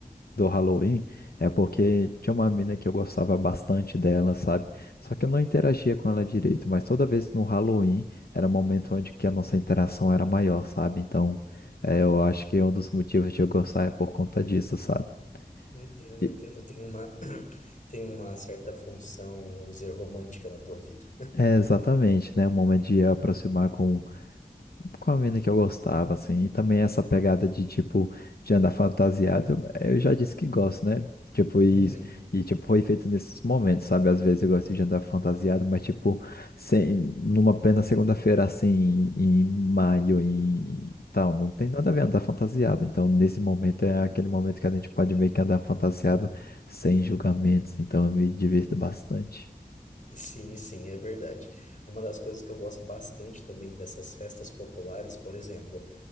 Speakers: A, on the left; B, on the left.
A: do Halloween é porque tinha uma mina que eu gostava bastante dela, sabe? Só que eu não interagia com ela direito, mas toda vez no Halloween era um momento onde que a nossa interação era maior, sabe? Então, é, eu acho que um dos motivos de eu gostar é por conta disso, sabe?
B: Entendo,
A: E,
B: entendo, tem uma, <clears throat> tem uma certa função, vamos dizer, romântica na tua vida.
A: É, exatamente, né? Um momento de aproximar com, com a mina que eu gostava, assim. E também essa pegada de, tipo, de andar fantasiado, é, eu já disse que gosto, né? Tipo, e,
B: Uhum.
A: e tipo, foi feito nesses momentos, sabe? Às vezes eu gosto de andar fantasiado, mas, tipo, sem, numa plena segunda-feira, assim, em, em maio e tal, não tem
B: <laughs>
A: nada a ver andar fantasiado. Então, nesse momento,
B: Uhum.
A: é aquele momento que a gente pode meio que andar fantasiado sem julgamentos. Então, eu me divirto bastante.
B: Sim, sim, é verdade. Uma das coisas que eu gosto bastante também dessas festas populares, por exemplo,